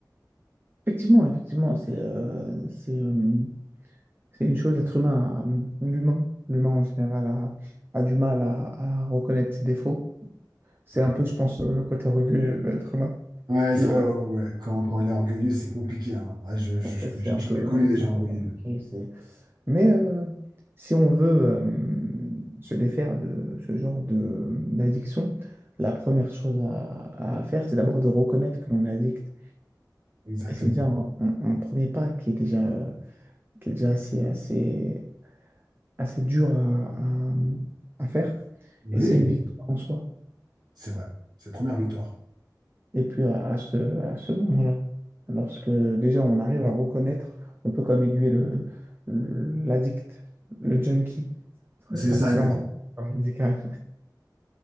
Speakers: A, on the right (about 30°); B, on the right (about 65°).
A: Effectivement, effectivement, c'est euh, c'est, euh, C'est une chose, l'être humain, a- l'humain, l'humain en général a, a du mal à, à reconnaître ses défauts. C'est
B: Ouais,
A: un peu, je pense, le côté orgueilleux de l'être humain
B: Ouais,
A: qui,
B: c'est
A: euh,
B: vrai, ouais, ouais, ouais. Quand, quand elle est orgueilleuse, c'est compliqué. hein. Ouais, je, je,
A: en
B: je,
A: fait, c'est
B: je-
A: un
B: j'en
A: peu,
B: ai
A: euh,
B: connu des
A: c'est
B: gens
A: un peu
B: orgueilleux.
A: compliqué. c'est- Mais euh, si on veut euh, se défaire de ce genre de, d'addiction, la première chose à, à faire, c'est d'abord de reconnaître que l'on est addict.
B: Exactement.
A: Et c'est déjà un, un- un premier pas qui est déjà, euh, qui est déjà assez, assez, assez dur à, à- à faire.
B: Oui,
A: Et c'est une victoire en soi.
B: c'est vrai. C'est première victoire.
A: Et puis à, à ce, à ce moment-là, lorsque déjà on arrive à reconnaître, on peut comme aiguiller le, l'addict, le junkie, le
B: C'est
A: patient
B: ça,
A: médical.